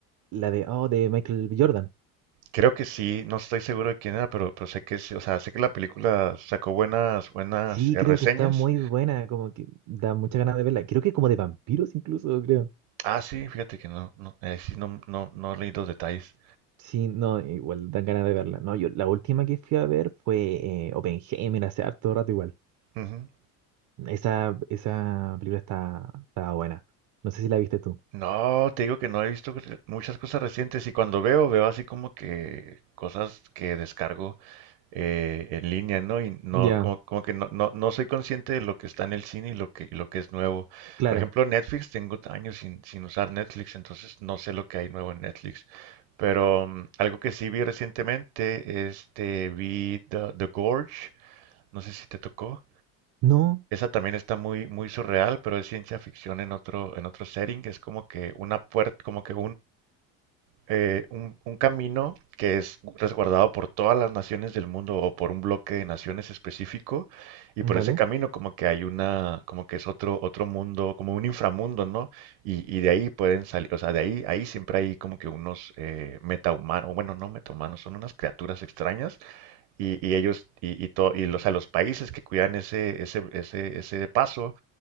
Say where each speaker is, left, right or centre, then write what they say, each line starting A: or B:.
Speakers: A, on the right (about 50°); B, on the right (about 80°).
A: la de oh, de Michael B. Jordan.
B: Creo que sí, no estoy seguro de quién era, pero, pero sé que sí, o sea, sé que la película sacó buenas, buenas
A: Sí,
B: eh,
A: creo
B: reseñas.
A: que está muy buena, como que da muchas ganas de verla. Creo que como de vampiros incluso, creo.
B: Ah, sí, fíjate que no, no, eh, sí, no, no, no leí los detalles.
A: Sí, no, igual dan ganas de verla. No, yo la última que fui a ver fue eh, Oppenheimer hace harto rato igual.
B: Ujú.
A: Esa, esa película está, está buena. No sé si la viste tú.
B: No, te digo que no he visto muchas cosas recientes y cuando veo, veo así como que cosas que descargo. eh, en línea, ¿no? Y no,
A: Ya,
B: como, como que no, no, no soy consciente de lo que está en el cine y lo que, y lo que es nuevo.
A: claro.
B: Por ejemplo, Netflix, tengo años sin, sin usar Netflix, entonces no sé lo que hay nuevo en Netflix. Pero mm, algo que sí vi recientemente, este, vi The, The Gorge, no sé si te tocó.
A: No,
B: Esa también está muy, muy surreal, pero es ciencia ficción en otro, en otro setting, que es como que una puerta, como que eh, un, un camino que es resguardado por todas las naciones del mundo o por un bloque de naciones específico y
A: vale.
B: por ese camino como que hay una, como que es otro, otro mundo, como un inframundo, ¿no? Y, y de ahí pueden salir, o sea, de ahí, ahí siempre hay como que unos eh, metahumanos, bueno, no metahumanos, son unas criaturas extrañas y, y ellos, y, y, to- y los, a los países que cuidan ese, ese, ese, ese paso